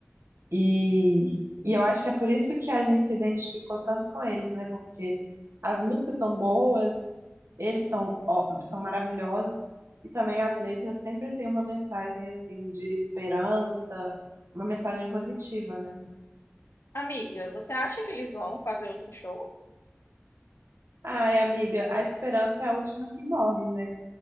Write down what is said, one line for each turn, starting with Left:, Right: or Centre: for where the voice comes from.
Right: E, e eu acho que é por isso que a gente se identificou tanto com eles, né? Porque as músicas são boas, eles são, ó- são maravilhosos, e também as letras sempre têm uma mensagem, assim, de esperança, uma mensagem positiva, né?
Left: Amiga, você acha que eles vão fazer outro show?
Right: Ai, amiga, a esperança é a última que morre, né?